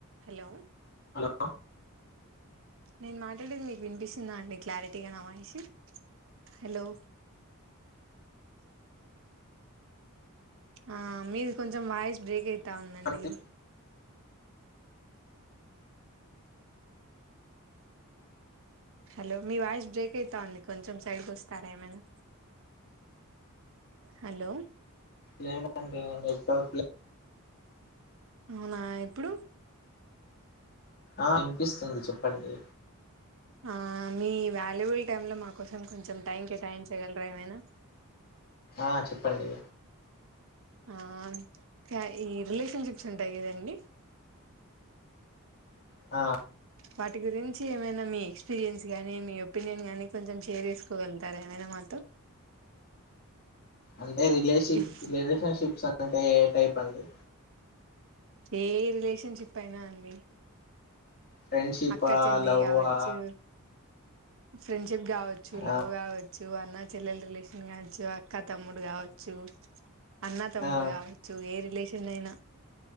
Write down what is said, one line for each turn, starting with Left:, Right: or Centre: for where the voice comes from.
Right: Hello
Left: అ
Right: నేను మాట్లాడేది మీ వినిపిస్తుందా అండి క్లారిటీగ న వాయిస్ హలో ఆ మీది కొంచెం వాయిస్ బ్రేక్ అయితు అంటా ఉందండి
Left: అండి.
Right: హలో మీ వాయిస్ బ్రేక్ అయితా ఉంది కొంచెం సైడ్కి వస్తారా ఏమైనా హలో
Left: లేదండి నెట్ ప్లే
Right: అవునా ఎప్పుడు
Left: ఆ వినిపిస్తుంది చెప్పండి
Right: ఆ మీ వాల్యుబుల్ టైమ్ లో మా కోసం కొంచెం టైం కేటాయించగలరా ఏమైనా
Left: ఆ చెప్పండి
Right: ఆ ఈ రిలేషన్షిప్స్ ఉంటాయి కదండి
Left: ఆ
Right: వాటి గురించి ఏమైనా మీ ఎక్స్పీరియన్స్ గానీ, మీ ఒపీనియన్ గానీ, కొంచెం షేర్ చేసుకోగలుగుతార, ఏమైనా మాతో
Left: అంటే రిలేషిన్
Right: ఇఫ్
Left: రిలేషన్షిప్స్ అంటే టైప్ అండి
Right: ఏ రిలేషన్ షిప్ అయినా అండి
Left: ఫ్రెండ్షిపా
Right: అక్క చెెల్లి
Left: లవ్వా
Right: అవ్వచ్చూ ఫ్రెండ్స్ చెప్ కావచ్చు
Left: ఆ
Right: లవ్వ్ కావచ్చు అన్న చెల్లెల రిలేషన్ కావచ్చు. అక్కా, తమ్ముడు కావచ్చు. అన్న తమ్ముడు
Left: ఆ
Right: కావచ్చు ఏ రిలేషన్ ఎన్నైనా